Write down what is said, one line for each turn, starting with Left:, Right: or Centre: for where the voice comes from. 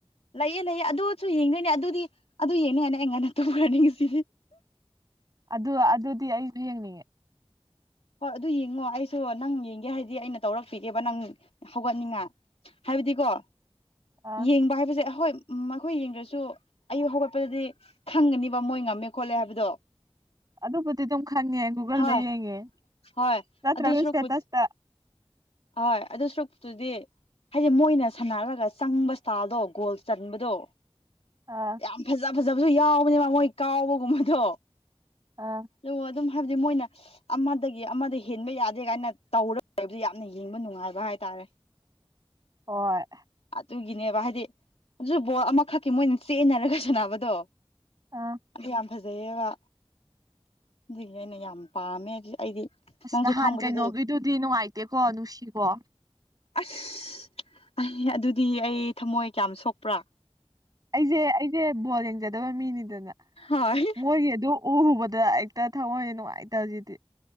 Left: ꯂꯩꯌꯦ ꯂꯩꯌꯦ ꯑꯗꯨꯁꯨ ꯌꯦꯡꯗꯣꯏꯅꯦ ꯑꯗꯨꯗꯤ ꯑꯗꯨ ꯌꯦꯡꯅꯤ ꯌꯥꯅꯤ ꯑꯩ ꯉꯟꯅ ꯇꯧꯈ꯭ꯔꯅꯤꯁꯤ
Right: ꯑꯗꯨ ꯑꯗꯨꯗꯤ ꯑꯩꯁꯨ ꯌꯦꯡꯅꯤꯡꯉꯦ
Left: ꯍꯣꯏ ꯑꯗꯨ ꯌꯦꯡꯉꯣ ꯑꯩꯁꯨ ꯅꯪ ꯌꯦꯡꯒꯦ ꯍꯥꯏꯗꯤ ꯑꯩꯅ ꯇꯧꯔꯛꯄꯤꯒꯦꯕ ꯅꯪ ꯍꯧꯒꯠꯅꯤꯡꯉꯥꯏ ꯍꯥꯏꯕꯗꯤꯀꯣ
Right: ꯑꯥ
Left: ꯌꯦꯡꯕ ꯍꯥꯏꯕꯁꯦ ꯍꯣꯏ ꯃꯈꯣꯏ ꯌꯦꯡꯗ꯭ꯔꯁꯨ ꯑꯌꯨꯛ ꯍꯧꯒꯠꯄꯗꯗꯤ ꯈꯪꯒꯅꯤꯕ ꯃꯣꯏ ꯉꯝꯃꯦ ꯈꯣꯠꯂꯦ ꯍꯥꯏꯕꯗꯣ
Right: ꯑꯗꯨꯕꯨꯗꯤ ꯑꯗꯨꯝ ꯈꯪꯉꯦ ꯒꯨꯒꯜꯗ
Left: ꯍꯣꯏ
Right: ꯌꯦꯡꯉꯦ
Left: ꯍꯣꯏ
Right: ꯅꯠꯇ꯭ꯔꯒ
Left: ꯑꯗꯨ ꯁꯔꯨꯛꯄꯨ
Right: ꯏꯁꯇꯦꯇꯁꯇ
Left: ꯍꯣꯏ ꯑꯗꯨ ꯁꯨꯛꯇꯨꯗꯤ ꯍꯥꯏꯗꯤ ꯃꯣꯏꯅ ꯁꯥꯟꯅꯔꯒ ꯆꯪꯕ ꯏꯁꯇꯥꯜꯗꯣ ꯒꯣꯜ ꯆꯟꯕꯗꯣ
Right: ꯑꯥ
Left: ꯌꯥꯝ ꯐꯖ ꯐꯖꯕꯁꯨ ꯌꯥꯎꯕꯅꯦ ꯃ ꯃꯣꯏ ꯀꯥꯎꯕꯒꯨꯝꯕꯗꯣ
Right: ꯑꯥ
Left: ꯑꯣ ꯑꯗꯨ ꯍꯥꯏꯕꯗꯤ ꯃꯣꯏꯅ ꯑꯃꯗꯒꯤ ꯑꯃꯗ ꯍꯦꯟꯕ ꯌꯥꯗꯦ ꯀꯥꯏꯅ ꯇꯧꯔꯒ ꯂꯩꯕ ꯅ ꯌꯦꯡꯕ ꯅꯨꯡꯉꯥꯏꯕ ꯍꯥꯏꯇꯥꯔꯦ
Right: ꯍꯣꯏ
Left: ꯑꯗꯨꯒꯤꯅꯦꯕ ꯍꯥꯏꯗꯤ ꯑꯗꯨ ꯕꯣꯠ ꯑꯃꯈꯛꯀꯤ ꯃꯣꯏꯅ ꯆꯦꯟꯅꯔꯒ ꯁꯥꯟꯅꯕꯗꯣ
Right: ꯑꯥ
Left: ꯑꯗꯨ ꯌꯥꯝ ꯐꯖꯩꯌꯦꯕ ꯑꯗꯨꯒꯤꯅꯦ ꯑꯩꯅ ꯌꯥꯝ ꯄꯥꯝꯃꯦ ꯑꯩꯗꯤ
Right: ꯑꯁ
Left: ꯅꯪꯁꯨ
Right: ꯅꯍꯥꯟ
Left: ꯈꯪꯕꯗꯨꯗꯤ
Right: ꯀꯩꯅꯣꯒꯤꯗꯨꯗꯤ ꯅꯨꯡꯉꯥꯏꯇꯦꯀꯣ ꯅꯨꯡꯁꯤꯕꯣ
Left: ꯑꯁ ꯑꯗꯨꯗꯤ ꯑꯩ ꯊꯝꯃꯣꯏ ꯀꯌꯥꯝ ꯁꯣꯛꯄ꯭ꯔꯥ
Right: ꯑꯩꯁꯦ ꯑꯩꯁꯦ ꯕꯣꯜ ꯌꯦꯡꯖꯗꯕ ꯃꯤꯅꯤꯗꯅ
Left: ꯍꯣꯏ
Right: ꯃꯣꯏꯒꯤ ꯑꯗꯨ ꯎ ꯍꯨꯕꯗ ꯍꯦꯛꯇ ꯊꯑꯣꯏꯁ ꯅꯨꯡꯉꯥꯏꯇꯁꯤꯗꯤ